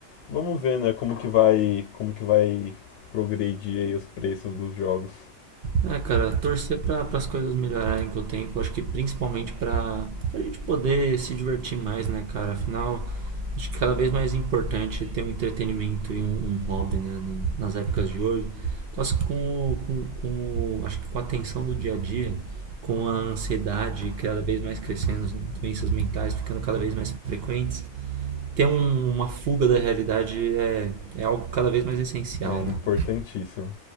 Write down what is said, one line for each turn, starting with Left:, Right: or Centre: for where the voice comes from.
Left: vamos ver, né, como que vai, como que vai progredir aí os preços dos jogos.
Right: É, cara, torcer para as coisas melhorarem com o tempo, acho que principalmente para a gente poder se divertir mais, né, cara? Afinal, acho que cada vez mais importante ter um entretenimento e um, um hobby, né, no- nas épocas de hoje. Quase com, o- com, com, o- acho que com a tensão do dia a dia, com a ansiedade cada vez mais crescendo, as doenças mentais ficando cada vez mais frequentes, ter um- uma fuga da realidade é, é algo cada vez mais essencial,
Left: É
Right: né?
Left: importantíssimo.